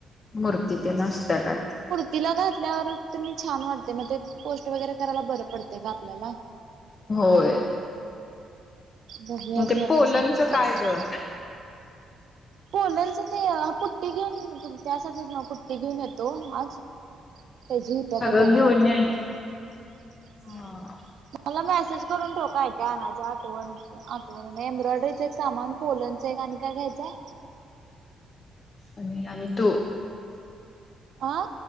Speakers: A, on the left; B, on the right.
A: मूर्ती ते न असता का.
B: तिला घातल्यावर तुम्ही छान वाटतय मग ते पोस्ट वगैरे करायला बरं पडतेग आपल्याला.
A: होय.
B: बघूया घे
A: ते पोलंनच
B: संध्याकाळी
A: काय
B: आता.
A: ग
B: पोलंनच ते पुट्टी घेऊन त्यासाठीच ना पुट्टी घेऊन येतो आज त्याझी होत्या
A: सगळं
B: काय बघूया
A: घेऊन
B: हा.
A: येईन हा
B: मला मेसेज करून ठेव काय काय आणायचं आठवण आठवण एम्ब्रॉयडरीचे एक सामान पोलनच एक आणि काय घ्यायचंय
A: आणि आम्ही तु.
B: अ